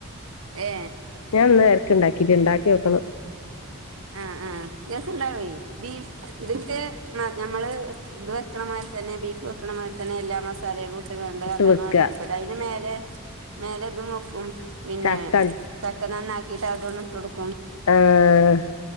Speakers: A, on the right; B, on the left.
A: ഏ
B: ഞാൻ ഇന്ന് ഇരക്ക് ഉണ്ടാക്കിട്ട ഇണ്ടാക്കി നോക്കണം.
A: ആ.. ആ.. രസണ്ടാവേ, ബീഫ് ഇതിത്തെ നമ്മള് - ഇത് വെക്കണമാതിരി തന്നെ ബീഫ് വെക്കണമാരി തന്നെ, എല്ലാ മസാലകളും ഇട്ട്കാണ്ട്
B: ഇട്ട്
A: അതാണ്
B: വെക്ക
A: എടുത്തത് അതിന് മേലെ- മേലെതും വോക്കും, പിന്നെ
B: ചക്ക
A: ചക്ക നന്നാക്കിട്ട് അതൊന്നിട്ടോടുക്കും.
B: ആഹ... !